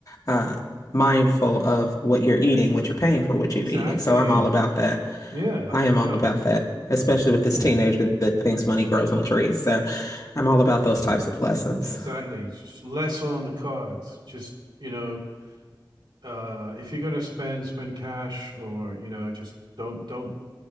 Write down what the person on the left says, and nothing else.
uh, mindful of what you're eating, what you're paying
for, what
you're eating. So I'm all about that.
I am
all about that, especially with this teenager that thinks money grows on trees. So I'm all about those types of lessons.